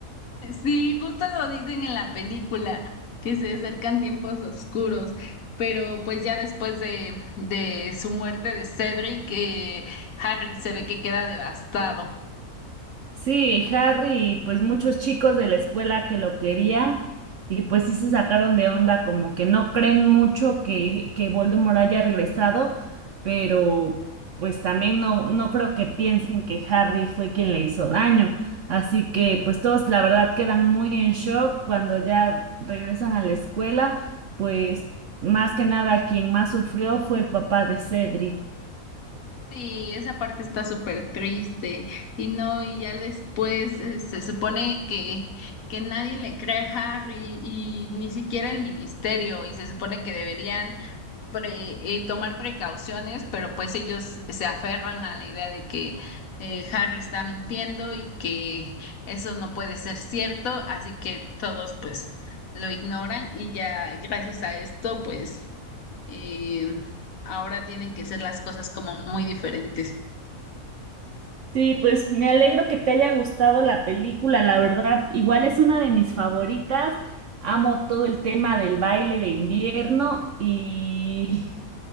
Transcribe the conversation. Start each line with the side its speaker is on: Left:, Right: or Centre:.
Left: Sí, justo lo dicen en la película, que se acercan tiempos oscuros, pero pues ya después de, de su muerte de Cedric, eh, Harry se ve que queda devastado.
Right: Sí, Harry y pues muchos chicos de la escuela que lo querían y pues sí se sacaron de onda, como que no creen mucho que, que Voldemort haya regresado, pero pues también no, no creo que piensen que Harry fue quien le hizo daño. Así que pues todos la verdad quedan muy en shock cuando ya regresan a la escuela, pues más que nada quien más sufrió fue el papá de Cedric.
Left: Sí, esa parte está súper triste y no, y ya después eh, se supone que, que nadie le cree a Harry y ni siquiera el ministerio y se supone que deberían pre- eh, tomar precauciones, pero pues ellos se aferran a la idea de que eh, Harry está mintiendo y que eso no puede ser cierto, así que todos pues lo ignoran y ya gracias a esto pues eh, ahora tienen que ser las cosas como muy diferentes.
Right: Sí, pues me alegro que te haya gustado la película, la verdad, igual es una de mis favoritas. Amo todo el tema del baile de invierno y